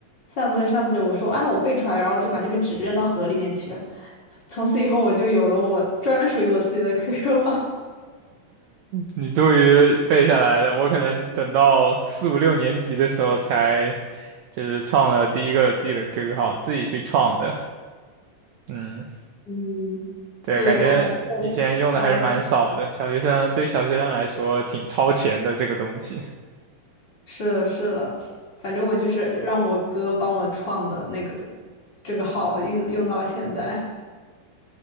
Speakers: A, on the left; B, on the right.
A: 散步着散步着，我说啊，我背出来了然后就把那个纸扔到河里面去了。<laughs> 从此以后，我就有了我专属于我自己的 <laughs> QQ 号。
B: 你终于背下来了，我可能等到四五六年级的时候才就是创了第一个自己的 QQ 号，自己去创的。嗯。
A: 嗯，
B: 对，
A: 对，
B: 感觉以前用的还是蛮少的，
A: 我反正，嗯，
B: 小学生对小学生来说挺超前的这个东西。
A: 是的，是的，反正我就是让我哥帮我创的那个这个号用用到现在。<laughs>